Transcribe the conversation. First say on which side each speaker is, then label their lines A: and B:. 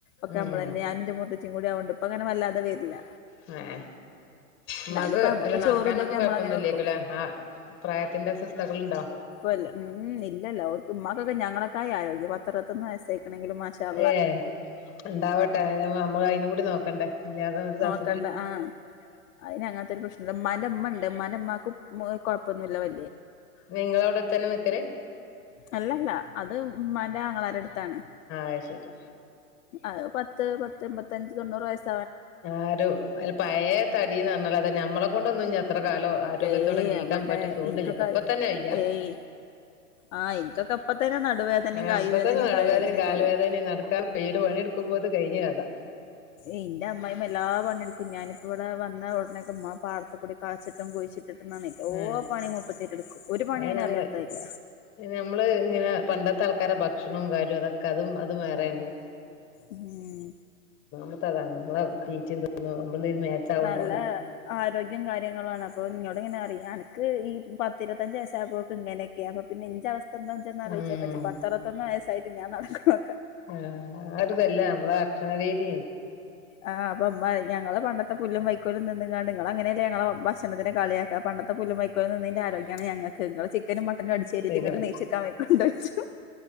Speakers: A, on the left (about 60°); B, on the left (about 25°).
A: ഒക്കെ
B: ഉം
A: നമ്മള് തന്നെ അനന്റെ മൂത്തച്ച്ചും കൂടി ആവണ്ട് ഇപ്പൊ അങ്ങനെ വല്ലാതെ വരില്ല
B: മഏ ഇമ്മാക്ക്
A: എന്നാലും ഇപ്പ നമ്മുക്ക്
B: അല്ല നടക്കാനൊന്നും
A: ചോറും ഇതൊക്കെ നമ്മള
B: കൊഴപ്പൊന്നുംല്ലേക്കുലേ
A: അങ്ങനെ വെക്കും
B: ആ പ്രായത്തിന്റെ അസ്വസ്ഥകൾഉണ്ടോ
A: ഉ് ഇല്ലർക്ക് ഉക്കെ ഞങ്ങളക്ക ആരോഗ്യം പത്രന്ന്ക്കണെങ്കിലുംമാഷ -
B: ഏ ഉണ്ടാവട്ടെ നമ്മൾ അതി കൂടി നോക്കണ്ടേ ഇല്ലാത ഒരു സ
A: ണ്ട ആ അതിന് അങ്ങനത്തെ ഒരു പ്രശ്നുണ്ട് ഉമ്മ ന്റെ മ്മ ഉണ്ട് ഉമ്മമാക്ക് കോ ഇപ്പൊന്ന ഇല്ല വേ
B: നിങ്ങളവിടെത്തന്നെ നിക്കല്
A: അല്ലല്ല അത് ഉമാന്റെ ആങ്ങളാരു അടുത്താണ്
B: അതുശെരി
A: അത് പത്ത് പത്ത്മ്പത്തഞ്ച് തൊണ്ണൂറ് വയസ്സ്
B: ആര പഴയ തടിന്ന്ഞ്ഞൽ അതെ ഞമ്മളെ കൊണ്ടൊന്നും ഇ അത്ര കാലോ ആരോഗ്യത്തോടെ
A: ഏയ്
B: ജീവിക്കാൻ
A: അവിടെ
B: പറ്റും തോന്നുന്നില്ല
A: ഇൻക്കൊക്കെ
B: ഇപ്പോൾ തന്നെ വയ്യ
A: ഏയ് ആഹ് എനിക്കൊക്കെ ഇപ്പ തന്നെ നടുവേദനയും
B: ആ
A: കായ്
B: അപ്പൊ
A: വേദനയും
B: തന്നെ നടുവേദനയും
A: കാല് വേദനയും
B: കാല
A: പറയും
B: വേദനയും നടക്കാ വീട് പണിയെടുക്കുമ്പോത് കഴിഞ്ഞഞ് കഥാ
A: എന്റെ അമ്മായിമ്മ എല്ലാ പണിയെടുക്കും ഞാനും ഇവിടെ വന്ന ഉടനേക്കെ ഉമാ പാടത്ത കൂടി കളച്ചിട്ടും കുഴിച്ചിട്ടിട്ടും ന ഓ
B: ആഹ്
A: പണി മുപ്പ എും ഒരു പണി
B: അത്
A: അതിന്
B: നമ്മള്
A: അറിയാത്ത ഇല്ല
B: നമ്മള് ഇങ്ങനെ പണ്ടത്തെ ആൾക്കാരടെ ഭക്ഷണവും കാര്യവും അതൊക്കെ അതും അതും വേറെയാണ്
A: ഉം
B: ഉ താ നമ്മളെ തീറ്റ തോന്നുന്നു നമ്മളന്ത മേച്ചാവണ്ടാവല
A: നല്ല ആരോഗ്യം കാര്യങ്ങളാണ് അപ്പൊ ഇനോട് ഇങ്ങനെ അറിയാം എനക്ക് ഈ പത്തിരുപത്തഞ്ച് വയസ്സ ആയമ്പോക്ക് ഇങ്ങനെയൊക്കെയ അ നിന്റെ അവസ്ഥ എന്താ ചെന്നാലോച്ചോച്ച
B: ഉം
A: നോക്ക് പത്തറത്തൊന്ന് വയസ്സായിട്ട് ഞാ നടക്കോ
B: ആ ആരു ഇതല്ല നമ്മളെ ഭക്ഷണരീതി
A: ആ അപ്പൊ അമ്മ ഞങ്ങളെ പണ്ടത്തെ പുല്ലും വൈക്കോലും നിന്നങ്ങാ നിങ്ങ അങ്ങനെയല്ല ഞങ്ങളെ ഭക്ഷണത്തിന കളിയാക്കാം പണ്ടത്തെ പുല്ലും വൈക്കോലിം തിന്നതിന്റെ ആരോഗ്യമാണ് ഞങ്ങൾ നിങ്ങ ചിക്കനും മട്ടനും അടിച്ചുകേറ്റിട്ട്
B: ശരിയാണ്
A: ങ്ങക്ക് നെയ്ച്ചക്കാണ്ടോച്ചു